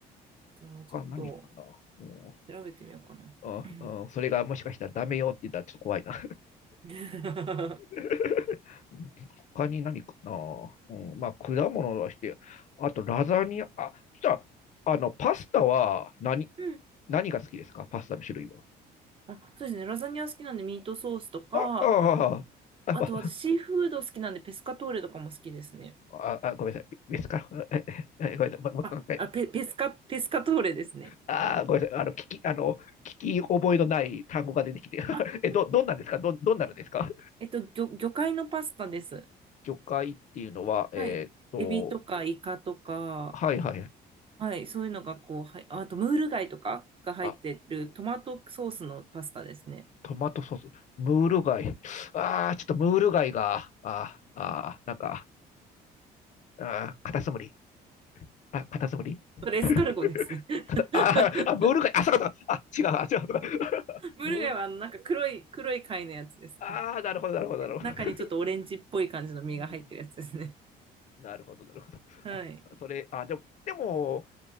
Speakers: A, on the right; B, on the left.
A: じゃあ、ちょっと
B: 他何かな。うん
A: 調べてみようかな。
B: ああそれがもしかしたらダメよって言ったらちょっと怖いな。
A: うん <laughs>
B: <laughs> 他に何かな、うん、まあ、果物だして、あとラザニア、あ、じゃあ、あの、パスタは何、
A: うん
B: 何が好きですかパスタの種類は。
A: あ、そうですね。ラザニア好きなんでミートソースとか、
B: あ、あ、あ、
A: あと私シーフード好きなんでペスカトーレとかも好きですね。
B: あ、あ、あごめんなさい。別か。ええごめんなさい。もももう一回。
A: あ、あ、ペ、ペスカ、ペスカトーレですね。
B: あ、ごめんなさい。あの、聞き、あの、聞き覚えのない単語が出てきて。<laughs>
A: あ、
B: え、ど、どんなんですかど、どんなのですか
A: えっと、魚、魚介のパスタです。
B: 魚介っていうのは、えーっと、
A: はい。エビとかイカとか、
B: はいはい。
A: はい、そういうのがこう、はい、あとムール貝とかが入ってるトマトソースのパスタですね。
B: あ、トマトソース、ムール貝。ああ、ちょっとムール貝が、あーあー、なんか、あーカタツムリ。あ、カタツムリ <laughs>
A: それエスカルゴですね。<laughs>
B: カタあーあ、ムール貝。あ、そうかそうか。あ、違う、あ、違う。<laughs>
A: ムール貝はあのなんか黒い、
B: ムール、
A: 黒い貝のやつです。
B: ああ、なるほど、なるほど、
A: で中にちょっとオレンジっぽい感じの身が入ってるやつですね。
B: なるほど。<laughs> うんなるほど、なるほど。
A: はい。
B: あ、それ、あ、でも、でも、